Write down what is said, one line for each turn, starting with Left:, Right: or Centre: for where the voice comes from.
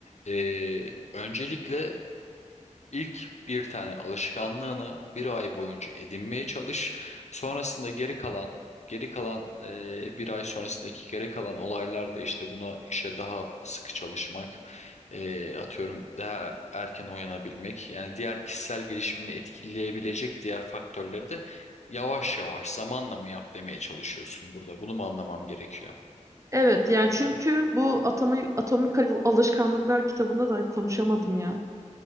Left: Ee, öncelikle ilk bir tane alışkanlığını bir ay boyunca edinmeye çalış. Sonrasında geri kalan geri kalan ee, bir ay sonrasındaki geri kalan olaylar da işte buna işe daha sıkı çalışmak, ee, atıyorum daha erken uyanabilmek. Yani diğer kişisel gelişimini etkileyebilecek diğer faktörleri de yavaş yavaş zamanla mı yap demeye çalışıyorsun burada. Bunu mu anlamam gerekiyor?
Right: Evet yani çünkü bu Atomi- Atomik Al- Alışkanlıklar kitabında da konuşamadım ya.